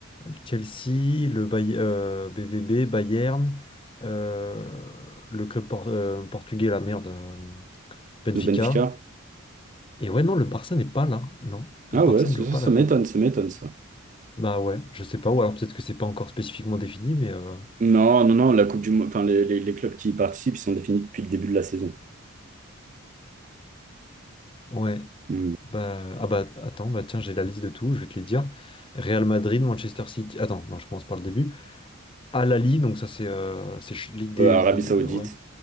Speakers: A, on the left; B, on the right.
A: le Chelsea, le Bay- euh, BVB, Bayern, euh, le club por- euh, portugais, la merde, euh, Benfica.
B: Le Benfica.
A: Et ouais, non, le Barça n'est pas là, non. Le
B: Ah
A: Barça
B: ouais, ça,
A: ne joue
B: ça
A: pas
B: ça
A: la coupe.
B: m'étonne, ça m'étonne, ça.
A: Bah ouais, je sais pas, ou alors peut-être que c'est pas encore spécifiquement défini, mais euh,
B: Non, non, non, la Coupe du Monde, enfin, les, les- les clubs qui y participent, ils sont définis depuis le début de la saison.
A: ouais.
B: Mm.
A: Bah, ah bah attends, bah tiens, j'ai la liste de tout, je vais te les dire. Real Madrid, Manchester City. Attends, non, je commence par le début. Al Ahly, donc ça c'est euh, c'est ch- Ligue des.
B: Euh, Arabie
A: Ligue
B: Saoudite.
A: ouais.